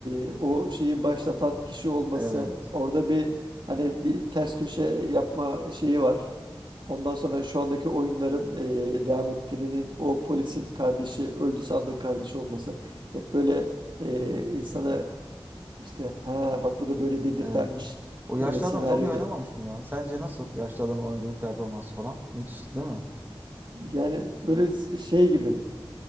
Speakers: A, on the right; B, on the right.
A: e, o şeyi başlatan kişi olması
B: Evet,
A: orada bir hani bir ters köşe yapma şeyi var. Ondan sonra şu andaki oyunların e, devam ettirinin o polisin kardeşi öldü sandığı kardeşi olması hep böyle e, insana işte ha bak bu da böyle dedirtenmiş
B: evet. O yaşlı
A: böyle senaryoda
B: adam çok iyi oynamamış mı ya? Sence nasıl yaşlı adamın oyunculuk performansı falan? Müthişti değil mi?
A: Yani böyle şey gibi